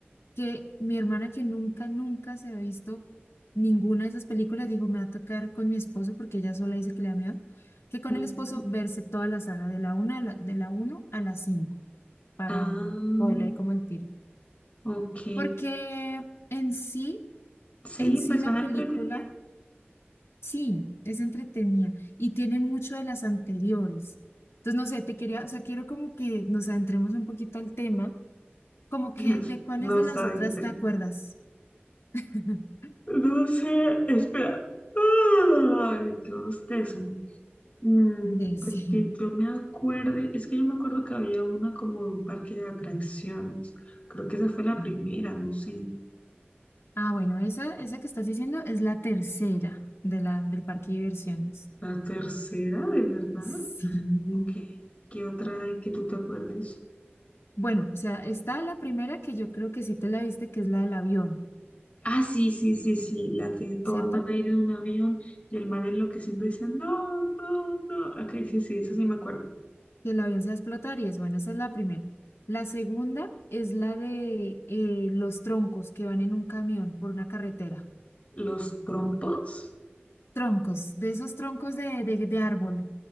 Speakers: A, on the left (about 80°); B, on the left (about 35°).
A: que mi hermana, que nunca, nunca se ha visto ninguna de esas películas, dijo, me va a tocar con mi esposo, porque ella sola dice que le da miedo, que con
B: Mm,
A: el esposo verse toda la saga de la una a la, de la uno a la 5 para
B: Ah,
A: poderle ahí como el tiro.
B: ok.
A: Porque en sí,
B: Sí,
A: en sí
B: pues
A: la
B: son
A: película
B: entretenidas
A: Sí, es entretenida y tiene mucho de las anteriores. Entonces, no sé, te quería, o sea, quiero como que nos adentremos un poquito al tema, como que
B: <laughs>
A: de cuáles
B: No
A: de
B: está
A: las otras
B: dentro.
A: te acuerdas. <laughs>
B: No no sé, espera. Ay, qué bostezo. Mm,
A: De
B: pues
A: sí.
B: que yo me acuerde, es que yo me acuerdo que había una como de un parque de atracciones. Creo que esa fue la
A: Ah,
B: primera, no sé.
A: Ah, bueno, esa, esa que estás diciendo es la tercera de la, del parque de diversiones.
B: La tercera, ¿de verdad?
A: Sí.
B: Ok. ¿Qué otra hay que tú te acuerdes?
A: Bueno, o sea, está la primera que yo creo que sí te la viste, que es la del avión,
B: Ah, sí, sí, sí, sí. La que todos
A: ¿cierto?
B: van a ir en un avión y el man enloqueciendo dice, no, no, no. Ok, sí, sí, eso sí me acuerdo.
A: que el avión se va a explotar y eso, bueno, esa es la primera. La segunda es la de eh, los troncos que van en un camión por una carretera.
B: ¿Los trompos?
A: Troncos, de esos troncos de, de, de árbol.